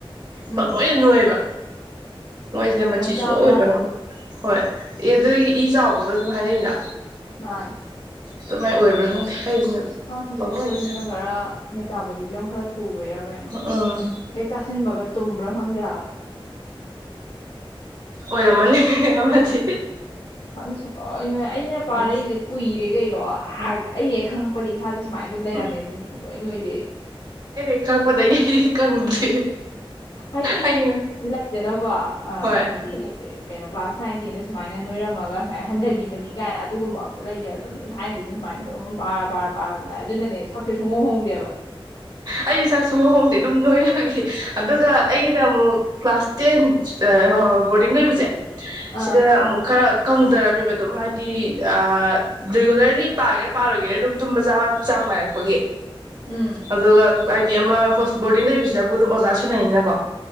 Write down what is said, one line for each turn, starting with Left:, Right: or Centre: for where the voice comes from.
Left: ꯎꯝ
Right: ꯄꯪꯅꯣꯏꯗ ꯅꯣꯏꯌꯦꯕ ꯅꯣꯏꯖꯤꯅ
Left: ꯈꯤꯇꯪ
Right: ꯃꯆꯤ
Left: ꯆꯥꯕ
Right: ꯁꯨꯡꯑꯣꯏ ꯑꯣꯏꯗ꯭ꯔꯕꯣ
Left: ꯌꯥꯗꯕꯗꯣ
Right: ꯍꯣꯏ ꯑꯦ ꯑꯗꯨꯗꯒꯤ ꯏ ꯆꯥꯎꯕꯒꯁꯨ ꯍꯥꯏꯅꯩꯅ
Left: ꯃꯥꯅꯦ
Right: ꯀꯃꯥꯏ ꯑꯣꯏꯕ꯭ꯔꯥ ꯈꯪꯗꯦ ꯑꯩꯁꯤꯅ
Left: ꯈꯪꯗꯦ
Right: ꯄꯪꯅꯣꯏꯗ
Left: ꯑꯩꯈꯣꯏꯁꯤꯅ ꯈꯔ ꯝꯤ ꯇꯕꯣꯂꯤꯖꯝ ꯈꯔ ꯊꯨ ꯕꯩꯔ ꯀꯩꯅꯣ
Right: ꯎꯝ
Left: ꯍꯦꯛ ꯆꯥꯁꯤꯟꯕꯒ ꯇꯨꯝꯕ꯭ꯔ ꯈꯪꯗꯦ ꯍꯥꯏꯕ
Right: ꯑꯣꯏꯔꯝꯃꯅꯤ ꯍꯦ ꯍꯦ ꯑꯃꯗꯤ
Left: ꯅꯪ ꯁꯨꯡꯅꯣꯏ ꯅꯣꯏ ꯌꯥ ꯑꯩꯅ ꯄꯥꯔꯛꯏꯁꯦ
Right: ꯎꯝ
Left: ꯀꯨꯏꯔꯦ ꯀꯩꯔꯣ ꯑ
Right: ꯎꯝ
Left: ꯑꯩꯅ ꯍꯦꯛ ꯈꯪꯉ ꯄꯗꯩ ꯏꯁꯥꯖꯤ ꯁꯨꯃꯥꯏꯅ ꯑꯗꯨꯝ ꯂꯩꯔꯝꯃꯦ
Right: ꯎꯝ
Left: ꯑꯗꯨꯝ ꯁꯨꯡꯅꯣꯏ ꯅꯣꯏꯗꯦ ꯑꯩ
Right: ꯈꯪꯉꯛꯄꯗꯩ ꯀꯪꯗ꯭ꯔꯤ
Left: ꯍꯥꯏꯗꯤ
Right: ꯑꯩꯒꯤꯅ
Left: ꯂꯩꯗꯅꯀꯣ ꯑ
Right: ꯍꯣꯏ
Left: ꯍꯥꯏꯗꯤ ꯀꯩꯅꯣ ꯀ꯭ꯂꯥꯁ ꯅꯥꯏꯟ ꯇꯦꯟꯗ ꯁꯨꯃꯥꯏꯅ ꯅꯣꯏꯔꯝꯃꯒ ꯁꯨꯃꯥꯏꯅ ꯍꯟꯊꯒꯤꯕꯅꯤ ꯀꯥꯏꯅ ꯑꯗꯨꯒꯨꯝꯕ ꯑꯝꯇ ꯂꯩꯇꯦꯕ ꯗꯨꯝ ꯊꯥꯏꯅꯗꯒꯤ ꯁꯨꯃꯥꯏꯅ ꯑꯗꯨꯝ ꯄꯥꯔ ꯄꯥꯔ ꯄꯥꯔ ꯑꯗꯨꯝ ꯂꯥꯛꯑꯦ ꯑꯗꯨꯅꯦ ꯁꯛ ꯁꯦ ꯁꯨꯡꯍꯣꯡ ꯍꯣꯡꯗꯦꯕ
Right: ꯑꯩꯁꯦ ꯁꯛ ꯁꯨꯍꯣꯡ ꯍꯣꯡꯗꯦ ꯑꯗꯨꯝ ꯅꯣꯏꯔꯕꯒꯤ ꯑꯗꯨꯒ ꯑꯩꯒꯤꯅ ꯑꯃꯨꯛ ꯀ꯭ꯂꯥꯁ ꯇꯦꯟ ꯑ ꯑꯔ ꯕꯣꯔꯗꯤꯡ ꯂꯩꯕꯖꯦ
Left: ꯑꯥ
Right: ꯁꯤꯗ ꯑꯃꯨꯛ ꯈꯛ ꯀꯪꯗꯔꯝꯃꯤꯕ ꯑꯗꯨꯝ ꯍꯥꯏꯗꯤ ꯑ ꯔꯤꯒꯨꯂꯔꯂꯤ ꯄꯥꯒꯦꯔꯥ ꯄꯥꯔꯣꯏꯒꯦꯔꯥ ꯑꯗꯨꯝ ꯇꯨꯝꯕ ꯆꯥꯕ ꯆꯥꯡ ꯅꯥꯏꯔꯛꯄꯒꯤ
Left: ꯎꯝ
Right: ꯑꯗꯨꯒ ꯍꯥꯏꯗꯤ ꯑꯃ ꯕꯣꯔꯗꯤꯡ ꯂꯩꯕꯁꯤꯗꯕꯨ ꯑꯗꯨꯝ ꯑꯣꯖꯥ ꯁꯦꯟꯅꯩꯅꯀꯣ